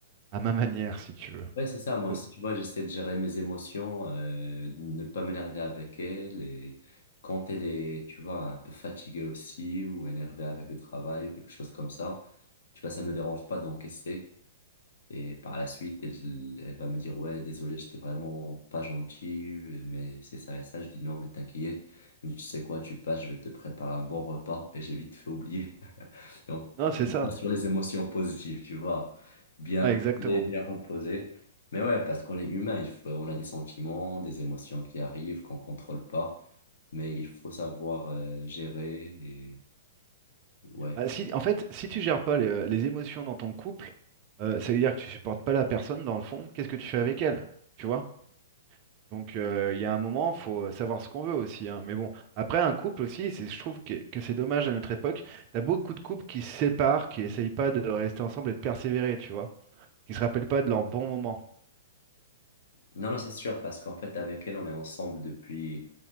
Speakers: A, on the right (about 30°); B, on the left (about 75°).
A: à ma manière, si tu veux.
B: Ouais, c'est ça, moi
A: Faut-
B: aussi, tu vois, j'essaie de gérer mes émotions, euh, de ne pas m'énerver avec elle, et quand elle est, tu vois, un peu fatiguée aussi, ou énervée avec le travail, ou quelque chose comme ça, tu vois, ça me dérange pas d'encaisser. Et par la suite, elle, elle va me dire, ouais, désolé, j'étais vraiment pas gentil, mais c'est ça et ça. Je dis, non, mais t'inquiète, mais tu sais quoi, tu passes, je vais te préparer un bon repas et j'ai vite fait oublier. <laughs> Donc,
A: Non, c'est
B: je
A: ça.
B: pense sur les émotions positives, tu vois, bien
A: Ouais,
B: manger,
A: exactement.
B: bien reposer. Mais ouais, parce qu'on est humain, il faut, on a des sentiments, des émotions qui arrivent, qu'on contrôle pas, mais il faut savoir euh, gérer et ouais.
A: Bah, si, en fait, si tu gères pas les, euh, les émotions dans ton couple, euh, ça veut dire que tu supportes pas la personne dans le fond. Qu'est-ce que tu fais avec elle? Tu vois? Donc euh, il y a un moment, faut euh, savoir ce qu'on veut aussi, hein. Mais bon, après un couple aussi, c'est, je trouve que, que c'est dommage à notre époque. T'as beaucoup de couples qui se séparent, qui essayent pas de rester ensemble et de persévérer, tu vois, qui se rappellent pas de leurs bons moments.
B: Non, non, c'est sûr, parce qu'en fait, avec elle, on est ensemble depuis